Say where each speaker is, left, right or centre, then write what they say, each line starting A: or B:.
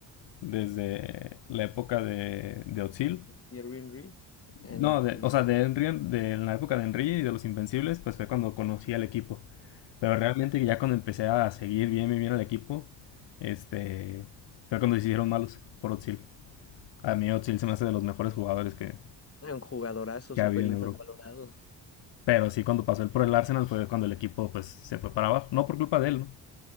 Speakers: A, on the left (about 70°); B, on the left (about 30°).
A: desde la época de, de Özil.
B: ¿Y Henry? Ah,
A: No,
B: no, de
A: de,
B: los
A: o sea,
B: sí.
A: de Henry, de la época de Henry y de los Invencibles, pues fue cuando conocí al equipo. Pero realmente ya cuando empecé a seguir bien, bien, bien al equipo, este, fue cuando se hicieron malos por Özil. A mí Özil se
B: Sí.
A: me hace de los mejores jugadores que,
B: Ah, Un jugadorazo
A: que
B: súper
A: ha habido
B: infravalorado.
A: en Europa. Pero sí, cuando pasó él por el Arsenal fue cuando el equipo pues se fue para abajo. No por culpa de él, ¿no?